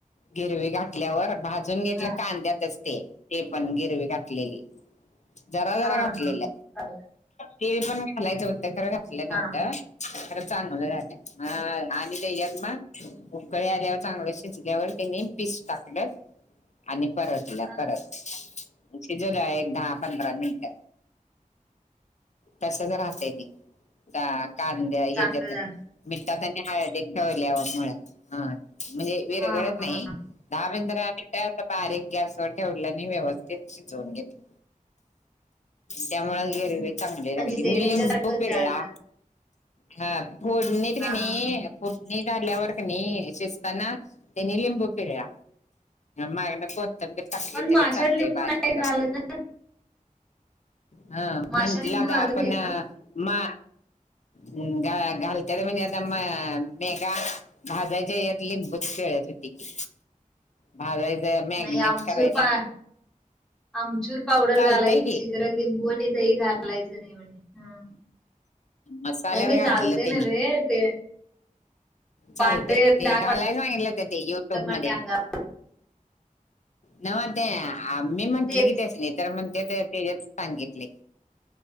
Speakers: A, on the left; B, in the centre.
A: गिरवी घातल्यावर भाजून घेतलं
B: हा
A: कांद्यातच ते, ते पण गिरवी घातलेली जरा जरा
B: हा
A: घातलेल
B: हा चालेल
A: ते पण घालायच होत खर घातल नव्हत
B: हा हा
A: खरं चांगलं झालय. हां
B: हा
A: आणि तेज्यात म उकळी आल्यावर चांगलं शिजल्यावर त्यांनी पीस टाकलं, आणि परतल्या
B: हा.
A: परत शिजवल्या एक दहा पंधरा मिनट तसचं राहतय ते कां कांद्या हेच्यात
B: चांगलं झालं
A: मिठात आणि हाळदीत ठेवल्यामुळ हां म्हणजे विरगळत
B: हा हा
A: नाही,
B: हा
A: दाहा पंधरा मिन ट बारीक गॅसवर ठेवलं आणि व्यवस्थित शिजवून घेतलं. त्यामुळ
B: हम्म
A: गिरवी चांगली
B: म्हणजे
A: लागली.
B: ते
A: मी
B: ह्याच्यासारखंच
A: लिंबू पिळा
B: झालं हा
A: हा फोडणीत
B: हा
A: कनी
B: हा
A: फोडणी झाल्यावर कनी शिजताना त्यांनी लिंबू पिळा. मागन कोथंबीर टाकली
B: पण
A: तरी
B: माशात
A: चालतय
B: लिंबू
A: बारीक
B: नाही घालत
A: करू
B: ना
A: हा
B: माशात
A: म्हटलं
B: लिंबू
A: आता
B: घालत
A: आपण
B: नाहीत ना
A: मा हम् गा घालत्यात म्हणजे आता म मेघा भाजायच्या यात लिंबूच पिळत होते की. भाजायचं मॅग्नेट
B: नाही आमचूर
A: करायला
B: पा आमचूर पावडर
A: चालतंय
B: घालायची
A: की
B: गं. <unintelligible> लिंबू आणि दही घालायच नाही म्हणे हा.
A: मसाल्यात
B: नाही नाही
A: घातलं
B: चालते
A: त्यांनी
B: नव्हे ते पांढरे
A: चालते ते
B: डाग
A: घालाय
B: पडतात
A: सांगितलंत ते युट्यूबमध्ये.
B: म्हणे अंगावर
A: नव्हं ते आम्ही म्हंटल
B: तेच
A: कि त्यासनी तर म्हणत्यात तेज्यात सांगितलय